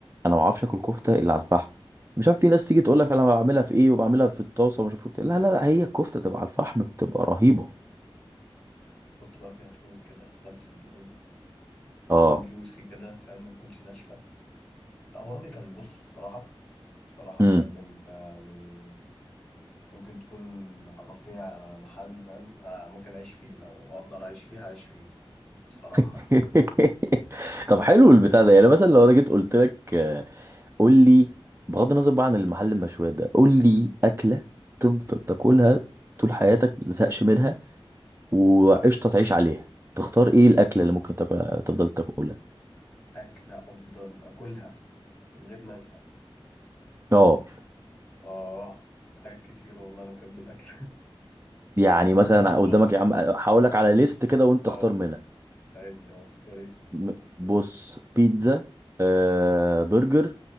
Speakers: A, on the right; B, on the left.
A: انا ما اعرفش اكل كفته الا على الفحم مش عارف في ناس تيجي تقول لك انا بعملها في ايه وبعملها في الطاسه ومش عارف إيه. لا لا لا هي الكفته تبقى على الفحم بتبقى رهيبه
B: حط بقى فيها دهون كده لمسة دهون
A: اه
B: تكون جوسي كده فاهم ما تكونش ناشفة لا هو الراجل كان بص صراحة صراحة
A: امم
B: بجد انت يعني ممكن تكون عرفتني على محل فاهم آه، ممكن اعيش فيه لو اقدر اعيش فيه هعيش فيه الصراحة
A: <laughs> طب حلو البتاع ده يعني مثلا لو انا جيت قلت لك آه، قول لي بغض النظر بقى عن المحل المشويات ده قول لي
B: مم.
A: اكله تفضل تاكلها طول حياتك ما تزهقش منها وقشطه تعيش عليها تختار ايه الاكله اللي ممكن تاكلها تفضل تاكلها
B: أكلة أفضل أكلها من غير ما أزهق
A: اه
B: آه حاجات كتير والله أنا بحب الأكل
A: يعني مثلا
B: <laughs> بص
A: قدامك
B: بص
A: يا عم هقول لك على ليست كده وانت
B: آه
A: اختار منها
B: ساعدني آه يا ريت
A: م- بص بيتزا آه برجر